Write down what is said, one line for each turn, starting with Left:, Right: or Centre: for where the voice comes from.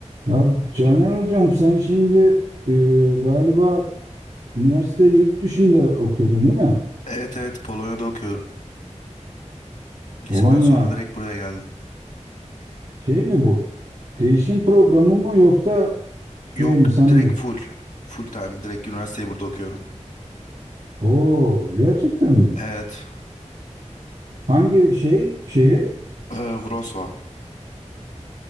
Right: Ya Caner Hocam sen şimdi e, galiba üniversite yurt dışında okuyordun değil mi?
Left: Evet evet Polonya'da okuyorum. Liseden
Right: Polonya
Left: sonra direkt buraya geldim.
Right: şey mi bu? Değişim programı mı yoksa
Left: Yok
Right: şey mi sen mi?
Left: direkt full. Full time. Direkt üniversiteyi burada okuyorum.
Right: Oo gerçekten mi?
Left: Evet.
Right: Hangi şey şehir?
Left: E, Wrocław.